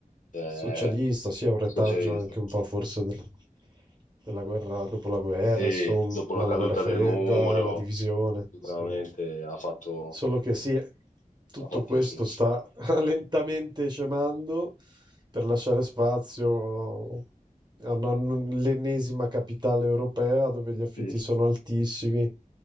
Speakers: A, on the left; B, on the right.
A: Cioè,
B: Socialista, sì, ha un retaggio
A: socialista.
B: anche un po' forse del- della guerra dopo la guerra,
A: Sì,
B: insomma,
A: dopo la
B: la
A: caduta
B: guerra fredda,
A: del muro,
B: la divisione.
A: sicuramente
B: Sì.
A: ha fatto,
B: Solo che sì, eh, tutto
A: ha fatto
B: questo
A: il suo.
B: sta <laughs> lentamente scemando per lasciare spazio a una- l'ennesima capitale europea dove gli affitti
A: Sì.
B: sono altissimi.